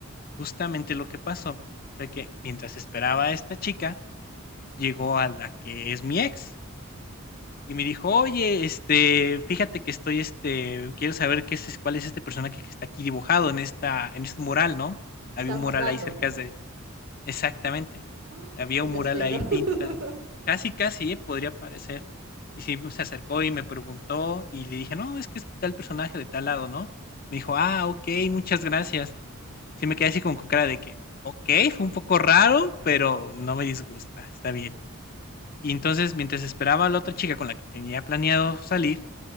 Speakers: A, on the left (about 45°); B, on the right (about 85°).
A: justamente lo que pasó fue que mientras esperaba a esta chica, llegó a la que es mi ex
B: <gasps>
A: y me dijo, oye, este, fíjate que estoy, este, quiero saber qué es, cuál es este personaje que está aquí dibujado en esta, en este mural, ¿no? Había
B: O sea,
A: un
B: fue
A: mural
B: random.
A: ahí cerca de, exactamente,
B: <gasps> ¡Ah!
A: había
B: El
A: un
B: destino.
A: mural ahí
B: <laughs>
A: pinta, casi, casi, eh, podría parecer. Y sí, se acercó y me preguntó y le dije, no, es que es tal personaje de tal lado, ¿no? Me dijo, ah, ok, muchas gracias. Sí me quedé así como con cara de que, ok, fue un poco raro, pero no me disgusta, está bien. Y entonces, mientras esperaba a la otra chica con la que tenía planeado salir,